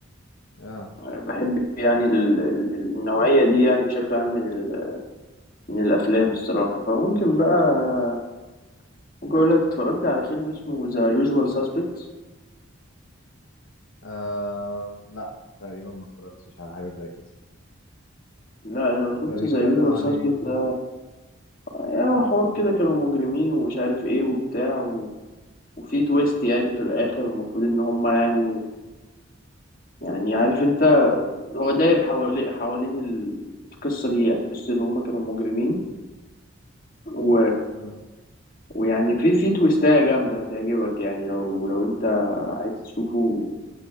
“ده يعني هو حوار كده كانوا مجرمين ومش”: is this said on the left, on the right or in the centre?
Left